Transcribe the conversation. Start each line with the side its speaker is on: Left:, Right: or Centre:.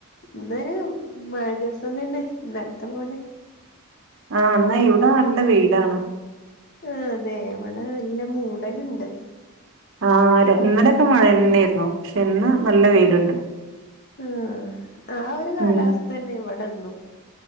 Left: ഇന്നൊരു മഴ ദിവസം തന്നെ, ഇന്നലത്തെ പോലെ
Right: ആഹ് എന്നാ ഇവിടെ നല്ല വെയിലാണ്.
Left: ആ അതെ, ഇവിടെ നല്ല മൂടലുണ്ട്
Right: ആ ഇന്നലൊക്കെ മഴ തന്നെയായിരുന്നു. പക്ഷെ ഇന്ന് നല്ല വെയിലുണ്ട്.
Left: ഉം. ആ ഒരു കാലാവസ്ഥ
Right: ഉം
Left: തന്നെ ഇവിടെന്നും